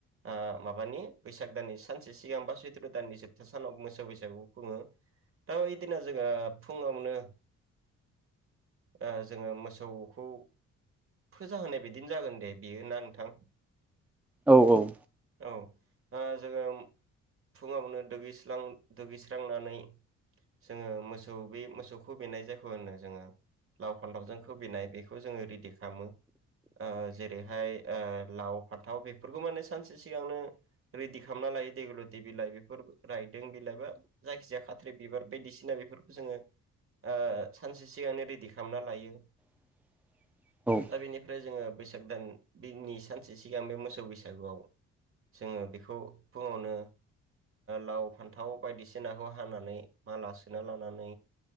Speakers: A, on the right; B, in the centre.
A: आ माबानि बैसाग दाननि सानसे सिगां बा सैत्र' दाननि जोबथा सानाव मोसौ बैसागु खुङो। दा ऐदिना जोङो फुङावनो आ जोङो मोसौखौ फोजा होनाय बायदिनो जागोन दे बियो ना नोंथां
B: औ औ
A: औ ओ जोङो उम फुङावनो दुगैयस्रां दुगैस्रांनानै जोङो मोसौ बे मोसौखौ बेनाय जायखौ होनो जोङो लाव फानथावजों खोबैनाय बेखौ जोङो रेडिख खामो आ जेरैहाय आ लाव फाथाव बेफ फोरखौ माने सानसे सिगांनो रेडि खामना लायो देगुलेति बिलाइ बेफोर राइ जों बिलाइबा जायखिजाया खाद थ्रि बिबार बायदिसिना बेफोरखौ जोङो आ सानसे सिगांनो रेडि खामना लायो।
B: <inaudible> <unintelligible> औ
A: दा बेनिफ्राय जोङो बैसाग दान बिनि सानसे सिगां बे मोसौ बैसागुआव जोङो बेखौ फुङावनो लाव फान्थाव बायदिसिनाखौ हानानै माला सोना लानानै